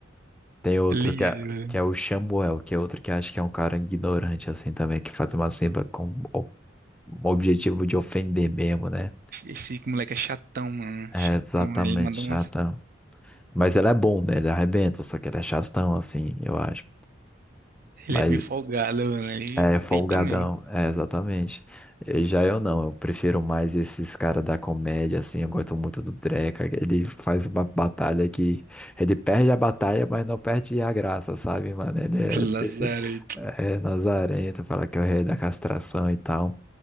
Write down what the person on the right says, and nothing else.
Ele,
esse moleque é chatão, mano.
Chatão.
Ele manda
umas.
Ele é bem folgado, mano. Ele
peita mesmo.
<laughs> Lazarento.